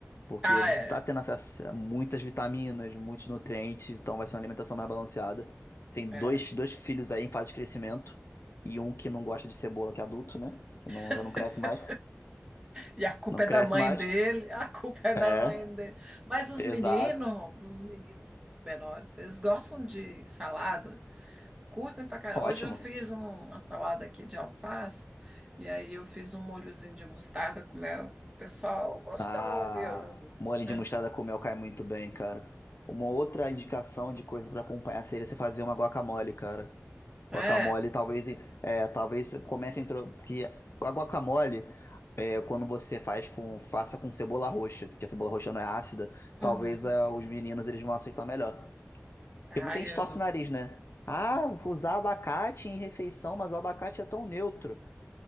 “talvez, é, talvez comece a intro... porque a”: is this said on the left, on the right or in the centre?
Left